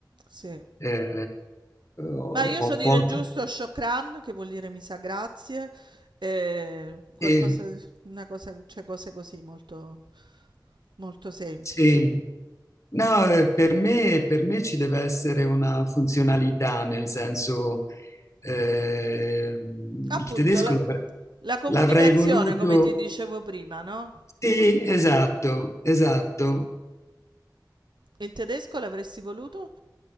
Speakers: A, on the right; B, on the left.
A: sì.
B: Eh, ho,
A: Ma io
B: ho
A: so dire
B: pochi...
A: giusto shokran, che vuol dire mi sa grazie, e qualcosa,
B: Sì,
A: una cosa, cioè cose così molto, molto semplici.
B: sì. No, eh, per me, per me ci deve essere una funzionalità, nel senso, eh,
A: Appunto,
B: il tedesco
A: la,
B: l'avrei
A: la comunicazione,
B: l'avrei voluto...
A: come ti dicevo prima, no?
B: Sì, esatto, esatto.
A: Il tedesco l'avresti voluto